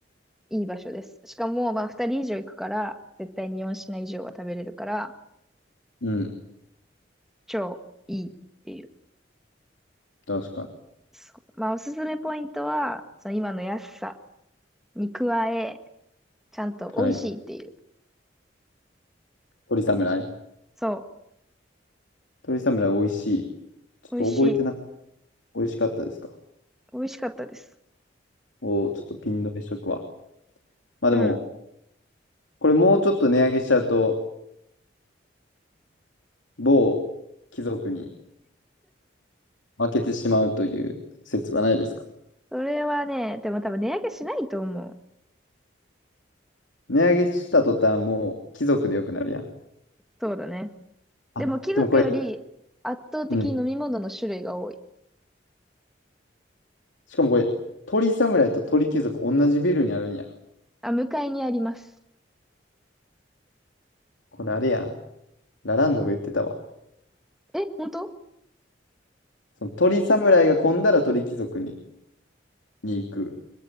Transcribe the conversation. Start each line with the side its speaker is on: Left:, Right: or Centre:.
Centre: いい場所です。しかも、まあ2人以上行くから、絶対に4品以上は食べれるから、
Left: うん、
Centre: 超いいっていう。
Left: 確かに。
Centre: そうまあおすすめポイントは、その今の安さに加え、ちゃんと美味しいっていう。
Left: はい。鳥侍。
Centre: そ
Left: 鳥侍美味しい。ちょっと覚えてな、
Centre: う。美味しい。
Left: 美味しかったですか
Centre: 美味しかったです。
Left: おー、ちょっとピン止めしとくわ。まあでも、
Centre: うん。
Left: これもうちょっと値上げしちゃうと、某貴族に負けてしまうという説はないですか
Centre: それはね、でも多分値上げしないと思う。
Left: 値上げした途端、もう貴族でよくなるやん。
Centre: そうだね。
Left: あ、
Centre: でも貴族より圧倒的に飲み物の種類が多い。
Left: でもこれ、うん。しかもこれ、鳥侍と鳥貴族同じビルにあるんや。
Centre: あ、向かいにあります。
Left: これあれや。ラランドが言ってたわ。
Centre: え、本当
Left: その鳥侍が混んだら鳥貴族に、に行く。